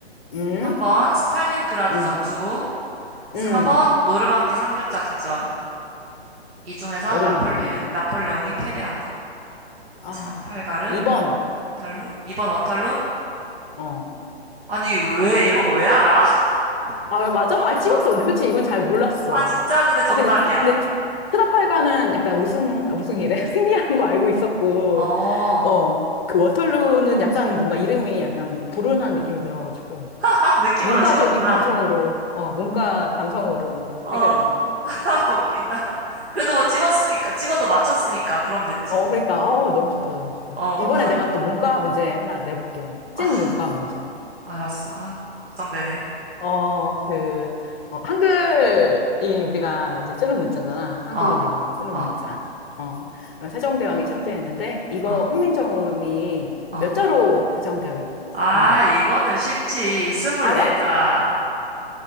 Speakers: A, on the left; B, on the right.
A: 음,
B: 3번 스탈린그라드
A: 음,
B: 전투, 4번
A: 음.
B: 노르망디 상륙 작전. 이 중에서
A: 어렵네.
B: 나폴리, 나폴레옹이 패배한 거.
A: 아,
B: 트라팔가르,
A: 2번.
B: 워털루, 2번 워털루?
A: 어,
B: 아니, 왜,
A: 정답?
B: 이런 거 왜 알아? <laughs>
A: 아, 맞아?
B: 정답.
A: 아, 찍었어. 근데 솔직히 이건 잘 몰랐어.
B: 아, 진짜? 근데 정답이야.
A: 아, 근데, 근데 트- 트라팔가는 약간 우승, 아, 우승이래. <laughs> 승리한 거 알고 있었고,
B: 어,
A: 어, 그 워털루는 약간 뭔가 이름이 약간 불운한 느낌이 들어가지고,
B: 아, 느낌으로
A: 문과적인
B: 찍었구나.
A: 감성으로, 어, 문과 감성으로
B: 어,
A: 해결했네.
B: <laughs> 웃긴다. 그래도 뭐 찍었으니까, 찍어도 맞췄으니까, 그럼 됐지.
A: 어, 그러니까, 어, 너무 좋다, 너무 좋다.
B: 어,
A: 이번에
B: <laughs>
A: 내가 또 문과 문제 하나 내볼게.
B: 아,
A: 찐 문과 문제.
B: 알았어. 아, 걱정되네.
A: 어, 그, 어, 한글이 우리가 이제 쓰는 문자잖아. 한국인들이
B: 어,
A: 쓰는
B: 어,
A: 문자. 어, 세종대왕이 창제했는데, 이거
B: 어,
A: 훈민정음이
B: 어.
A: 몇 자로 구성되어 있는
B: 아,
A: 것 같아?
B: 이거는 쉽지. 스물네자
A: 알아?